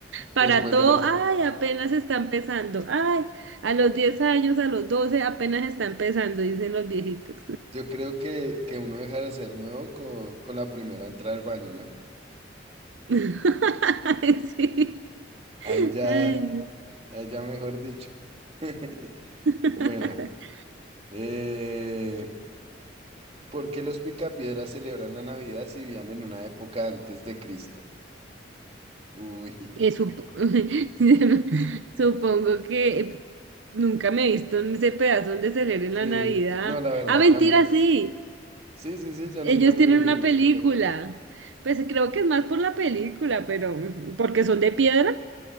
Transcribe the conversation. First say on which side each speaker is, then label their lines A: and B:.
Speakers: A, on the right; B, on the right.
A: Para
B: después
A: todo,
B: de la...
A: ay, apenas está empezando. Ay, a los 10 años, a los 12, apenas está empezando, dicen los viejitos.
B: Yo creo que, que uno deja de ser nuevo con, con la primera entrada al baño, ¿no?
A: <laughs> Ay, sí.
B: Ahí ya,
A: Ay, no.
B: ahí ya mejor dicho. <laughs>
A: <laughs>
B: Bueno, eh, ¿Por qué los picapiedras celebran la Navidad si vivían en una época antes de Cristo? Uy, <laughs>
A: Eh, supo- <laughs> Supongo que eh, nunca me he visto en ese pedazo donde celebren
B: sí,
A: la Navidad.
B: no, la verdad
A: Ah, mentira,
B: cambia.
A: sí.
B: Sí, sí, sí, yo
A: Ellos
B: nunca me
A: tienen
B: viví
A: una
B: en los
A: película.
B: picapiedras.
A: Pues creo que es más por la película, pero mm, porque son de piedra.